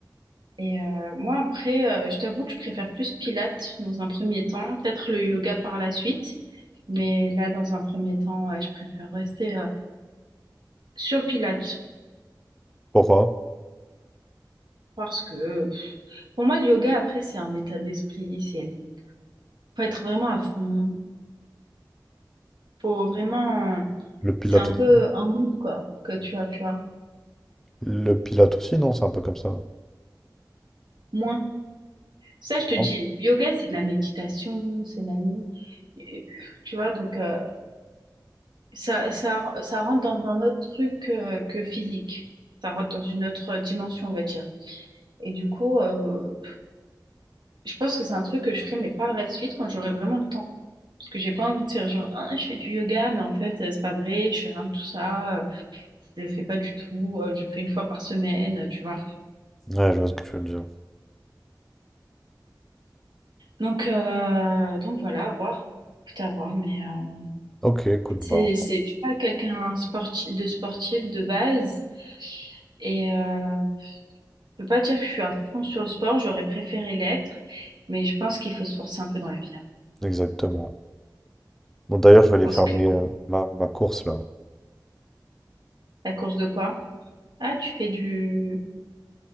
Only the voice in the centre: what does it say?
Pourquoi?
Le Pilate
aussi. non
Le Pilate aussi, non, c'est un peu comme ça.
Non
Ouais, je vois ce que tu veux dire.
Ok, écoute,
bah,
exactement. Bon, d'ailleurs, je vais
aller
faire
mes, euh, ma, ma course là.